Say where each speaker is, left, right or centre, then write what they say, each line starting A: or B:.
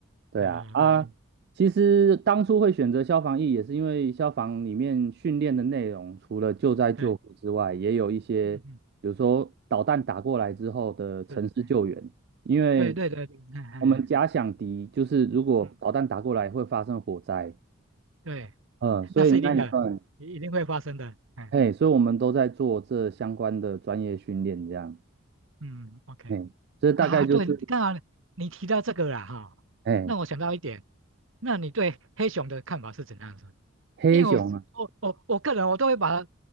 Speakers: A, on the right; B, on the right.
A: 对啊，
B: 嗯，
A: 啊，
B: 哎
A: 嗯其实当初会选择消防役，也是因为消防里面训练的内容，除了救灾救护之外，
B: 对，
A: 也有一些，
B: 嗯嗯，
A: 比如说导弹打过来之后的城市救援，
B: 是，哎，
A: 因为
B: 对对对，嗯嗯嗯，
A: 我们假想敌就是如果导弹打过来会发生火灾，
B: 嗯，对，
A: 嗯，所以那一段，
B: 那是一定的，一一定会发生的，哎，
A: 嘿，所以我们都在做这相关的专业训练，这样，
B: 嗯，OK，
A: 嘿，这大概就是，
B: 啊，对，刚好你提到这个了哈，
A: 嘿，
B: 让我想到一点，那你对黑熊的看法是怎样子？
A: 黑熊啊，
B: 因为我我我我个人我都会把